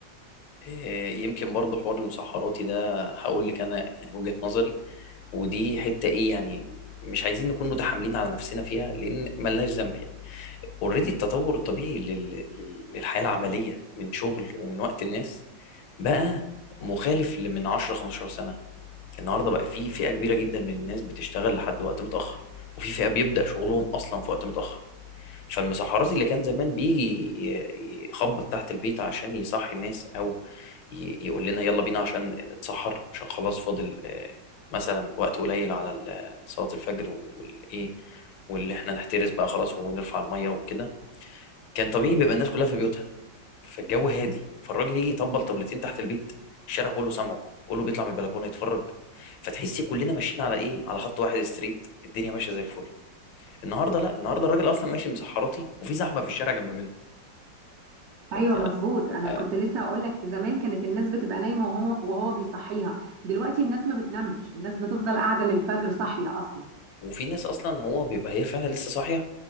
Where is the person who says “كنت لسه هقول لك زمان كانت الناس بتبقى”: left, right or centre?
Right